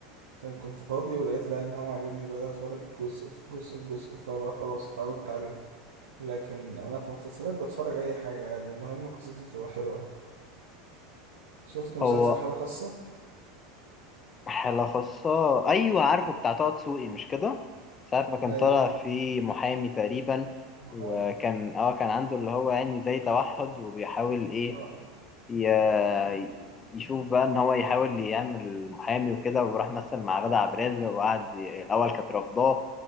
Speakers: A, on the right; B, on the left.
A: عشان كنت فاضي ولقيت لا ان هو عاجبني بدأت اتفرج جزء في جزء في جزء فبقى خلاص اتعودت عليه لكن انا في مسلسلات بتفرج اي حاجة عادي المهم قصته تبقى حلوة شفت مسلسل
B: هو
A: حالة خاصة
B: حالة خاصة ايوه عارفه بتاع طه دسوقي مش كده ساعة ما كان
A: ايوه
B: طالع في محامي تقريبا
A: محامي
B: وكان اه كان عنده اللي هو يعني زي توحد وبيحاول ايه
A: طب
B: ي- يشوف بقى ان هو يحاول يعمل محامي وكده وراح مثل مع غادة عبد الرازق وقعد ي- الاول كانت رافضاه